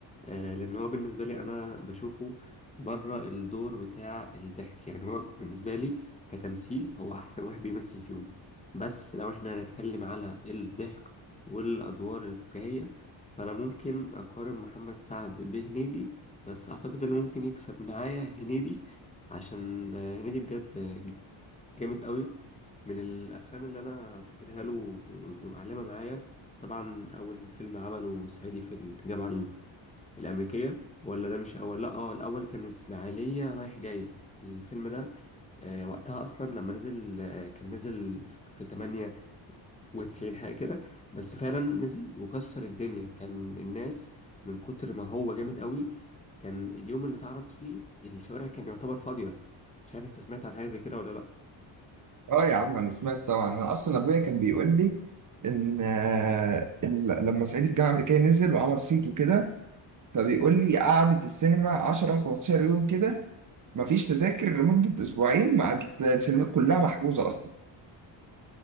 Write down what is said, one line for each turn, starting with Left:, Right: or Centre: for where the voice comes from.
Left: آه، لان هو بالنسبه لي انا بشوفه بره الدور بتاع الضحك يعني هو بالنسبه لي كتمثيل هو احسن واحد بيمثل فيهم بس لو احنا هنتكلم على الضحك والادوار الفكاهيه فانا ممكن اقارن محمد سعد بهنيدي بس اعتقد اللي ممكن يكسب معايا هنيدي عشان آه، هنيدي بجد آه، جامد قوي من الافلام اللي انا فاكرها له ومعلمه معايا طبعا اول فيلم عمله صعيدي في الجامعه ال- الامريكيه ولا ده مش اول لا اه الاول كان اسماعيليه رايح جاي الفيلم ده آه وقتها اصلا لما نزل آه كان نزل في 98 حاجه كده بس فعلا نزل وكسر الدنيا كان الناس من كتر ما هو جامد قوي كان اليوم اللي اتعرض فيه الشوارع كان يعتبر فاضيه مش عارف انت سمعت عن حاجه زي كده ولا لا
Right: اه يا عم انا سمعت طبعا انا اصلا ابويا كان بيقول لي ان آه، إن لما صعيدي في الجامعه الامريكيه نزل وعمل صيت وكده فبيقول لي قعدت السينما 10 15 يوم كده مفيش تذاكر لمده اسبوعين مع السينمات كلها محجوزه اصلا